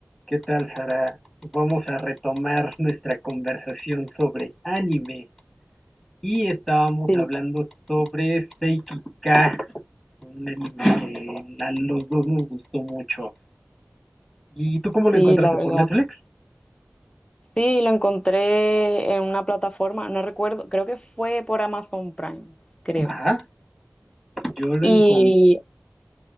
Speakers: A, in the centre; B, on the left.
A: ¿Qué tal, Sara? Vamos a retomar nuestra conversación sobre anime. Y estábamos
B: Sí,
A: hablando sobre Seiki K, un anime que a los dos nos gustó mucho. ¿Y tú cómo lo
B: sí,
A: encontraste
B: la verdad.
A: por Netflix?
B: Sí, lo encontré en una plataforma, no recuerdo, creo que fue por Amazon Prime, creo.
A: Ajá, Yo lo
B: Y
A: encontré.